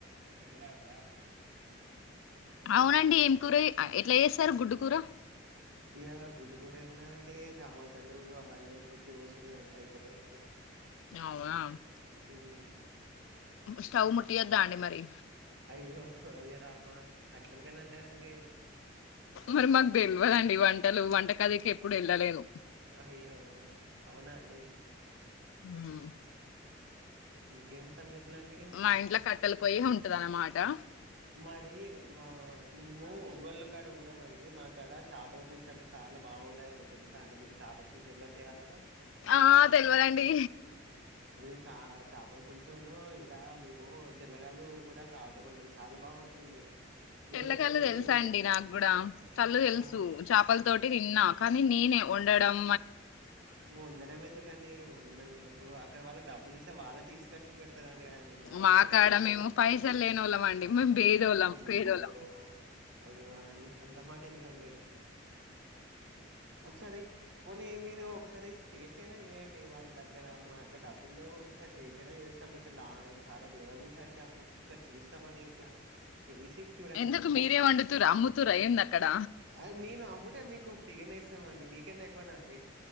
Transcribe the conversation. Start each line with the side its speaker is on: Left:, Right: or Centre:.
Right: ఫ్రెండ్ ఆ రా
Left: అవునండి ఏం కూర ఎట్లా చేస్తారు గుడ్డుకు కురా
Right: ఇగా గు ఇప్పుడు కూడా ఏన్నాదండి టమాటలు అవన్నీ కొట్టి పోసు ఎంత అయిపోతుందిండి
Left: అవునా
Right: ఉమ్
Left: స్టవ్ ముట్టియద్దా అండి మరి
Right: అయ్యో అయ్యో రామా అట్లానుకండి లెధండి
Left: మరి మాకు తెలవాలండి వంటలు వంట కదికి ఎప్పుడు వెళ్ళలేను
Right: అయ్యో అవునా అండి
Left: ఉమ్
Right: ఇంకేం సంగతులు అండి
Left: మా ఇంట్లో కట్టలు పోయి ఉంటదా మాటా
Right: ఆ మారి మా మేము ఒంగోళ్లు కాడ ఉన్నామ అండి మాక్కడ చేపల పులుసు అంటే చాలా బాగుండయిండి తెలుసా అండి మీకు చేపల పులుసు ఎలా చేయాలో
Left: ఆ తెల్వధండి
Right: మేము చా చేపల పులుసును ఇంకా మేము తెల్లగాయలు కూడా తాగుతామండి చాలా బాగుంటుంది మీరు
Left: తెల్లకాయలుు
Right: ఒకసారి
Left: తెలుసా
Right: టేస్ట్
Left: అండి నాకుకూడా కళ్ళు తెలుసు
Right: ఆ
Left: చేపల తోటి నిన్నా కానీ నేనే ఉండడం
Right: ఉండడం ఎందుకండి ఉండడం అందుకు అక్కడళ్ళ డబ్బులి ఇస్త వాళ్ళ తీసుకచ్చి పెద్దాడు తారు కండి మనాకి
Left: మా కాడ మేము పైసలు లేనోళ్ళం అండి మేము బేదోళ్ళం
Right: అయ్యో
Left: పేదోళ్ళం
Right: అయ్యో అ అంతమాట ఎందుకండి ఒకసారి పోని మీరు ఒక ఒకసారి టేస్ట్ అయినా చేయండి వాళ్ళ దగ్గర మా దగ్గర డబ్బులు లేవు ఒకసారి టేస్ట్ అయినా చేస్తాం మీకులా చాలా దూరం నుంచి వచ్చాము ఒకసారి చూస్తామ అని ఇట్లా చేసి చూడానుండి
Left: ఎందుకు మీరే వండుతురా అమ్ముతురా ఏంది అక్కడ
Right: అ నేను అము అంటే మీకు పిగనే ఇస్తాంమండి మీకనా ఎక్కువనా అండి